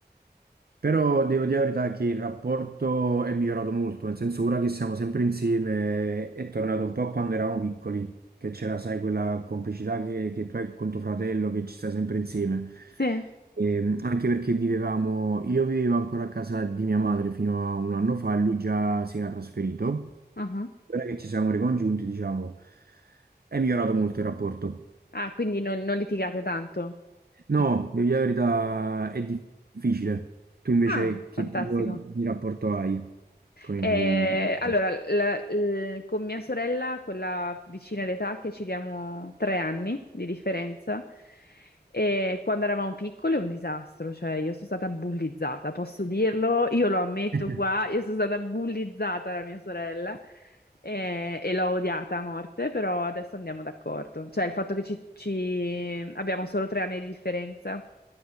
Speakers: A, on the right; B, on the left.
A: Però devo dire la verità che il rapporto è migliorato molto, nel senso ora che siamo sempre insieme è tornato un po' a quando eravamo piccoli, che c'era, sai, quella complicità che, che tu hai con tuo fratello, che ci stai sempre insieme.
B: Sì.
A: E, mh, anche perché vivevamo, io vivevo ancora a casa di mia madre fino a un anno fa e lui già si era trasferito.
B: Ah, ah.
A: Ora che ci siamo ricongiunti, diciamo, è migliorato molto il rapporto.
B: Ah, quindi non, non litigate tanto.
A: No,
B: <laughs>
A: devo dire la verità, è difficile. Tu invece
B: Ah,
A: che
B: fantastico.
A: tipo di rapporto hai con
B: Eh,
A: i tuoi...
B: allora, la- l- con mia sorella, quella vicina d'età, che ci diamo tre anni di differenza, e quando eravamo piccole è un disastro, cioè io sono stata bullizzata, posso dirlo, io lo ammetto
A: <laughs>
B: qua, io sono stata bullizzata da mia sorella eh, e l'ho odiata a morte, però adesso andiamo d'accordo. Cioè il fatto che ci, ci- abbiamo solo tre anni di differenza,